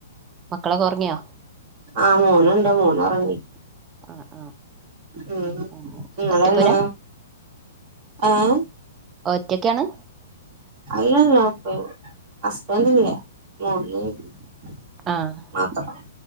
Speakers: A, on the right (about 20°); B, on the right (about 35°).
A: മക്കളൊക്കെ ഒറങ്ങിയോ?
B: ആഹ് മോനുണ്ട് മോനൊറങ്ങി.
A: ആഹ്.
B: ഉം
A: ആഹ്
B: നിങ്ങളെങ്ങ
A: ഒറ്റപ്പോരാ
B: ഏഹ്.
A: ഒറ്റയ്ക്കാണ്?
B: അല്ലല്ലോപ്പ ഹസ്ബന്റില്ല. മോന് <unintelligible>
A: ആഹ്
B: മാത്രം.